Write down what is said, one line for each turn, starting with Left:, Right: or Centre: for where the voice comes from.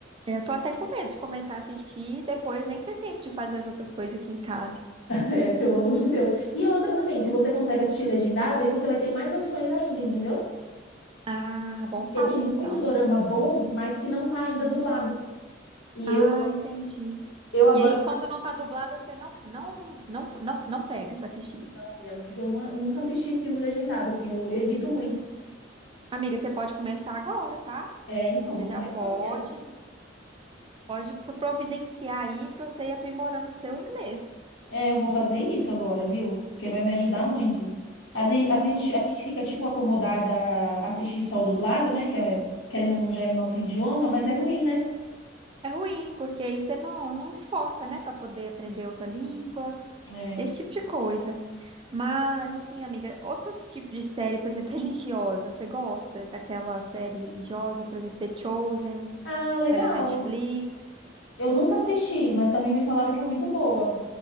Right: Eu tô até com medo de começar a assistir e depois nem ter tempo de fazer as outras coisas aqui em casa.
Left: É, pelo amor de Deus. E outra também, se você consegue assistir legendado, aí você vai ter mais opções ainda, entendeu?
Right: Ah, bom
Left: Porque
Right: saber
Left: tem muito
Right: então.
Left: dorama bom, mas que não tá ainda dublado. E
Right: Ah,
Left: eu
Right: entendi.
Left: eu agora
Right: E aí, quando não tá dublado, você não, não, não, não, não pega pra assistir.
Left: italiano, porque eu nu- nunca assisti filme legendado, assim, eu evito muito.
Right: Amiga, você pode começar agora, tá?
Left: É, então,
Right: Você
Left: vou
Right: já
Left: começar
Right: pode,
Left: mesmo.
Right: pode pro- providenciar aí pra você ir aprimorando o seu inglês.
Left: É, eu vou fazer isso agora, viu? Porque vai me ajudar muito. Às vezes, a gente,
Right: O-
Left: a gente fica, tipo, acomodada a assistir só o dublado, né? Que é, querendo ou não, já é no nosso idioma, mas é ruim, né?
Right: É ruim, porque aí você não, não esforça, né, Pra poder aprender outra língua,
Left: É.
Right: esse tipo de coisa. Mas, assim, amiga, outros tipos de série, por exemplo, <laughs> religiosa, você gosta daquela série religiosa, por exemplo, The Chosen,
Left: Ah, legal.
Right: que tá na Netflix,
Left: Eu nunca assisti, mas também me falaram que é muito boa.